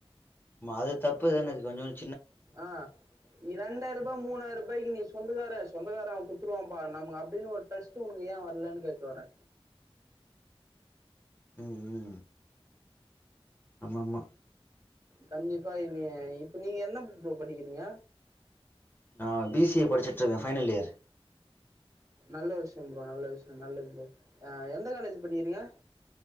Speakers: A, on the left (about 20°); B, on the right (about 30°).
A: ம்மா அது தப்புதான கொஞ்சோனு
B: ஆஹ் நீ ரெண்டாயிருபா மூணாயிருபாய்க்கு நீ சொந்தக்கார சொந்தகார அவ குத்துருவாம்ப்பா நமுக் அப்டினு ஒரு டஸ்ட்டு உனுக் ஏ வர்லன்னு கேக்கு வரே
A: ம் ம் ஆமா ஆமா
B: கண்டிப்பா என்னிய இப்ப நீங்க என்ன புக் பா படிக்கிறீங்க
A: நா பி சி ஏ படிச்சிட்ருக்க ஃபைனல் இயர்
B: நல்ல விஷ்யம் ப்ரோ நல்ல விஷ்ய நல்லது ப்ரோ அ எந்த காலேஜ் படிக்கிறிங்க